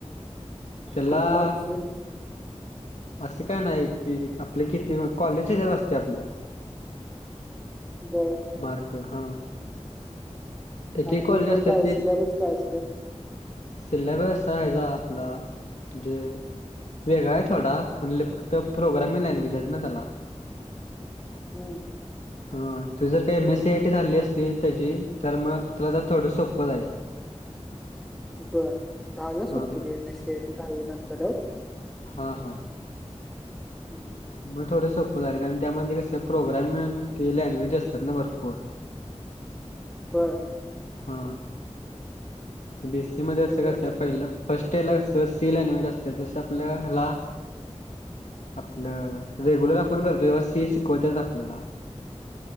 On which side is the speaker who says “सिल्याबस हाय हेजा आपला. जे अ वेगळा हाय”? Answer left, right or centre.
Left